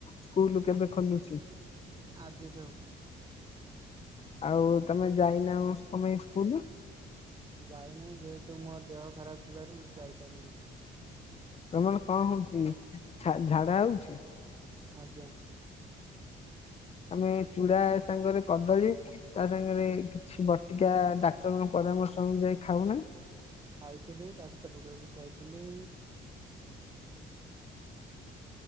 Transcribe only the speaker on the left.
ସ୍କୁଲୁ କେବେ ଖୋଲୁଛି?
ଆଉ ତମେ ଯାଇନାହ କଣ ପାଇଁ ସ୍କୁଲୁ?
ତମର କଣ ହଉଛି ଝା ଝାଡା ହଉଛି।
ଆମେ ଚୁଡା ସାଙ୍ଗରେ କଦଳୀ। ତା ସାଙ୍ଗରେ କିଛି ବଟିକା ଡାକ୍ତରଙ୍କ ପରାମର୍ଶ ଅନୁଯାୟୀ ଖାଉ ନା।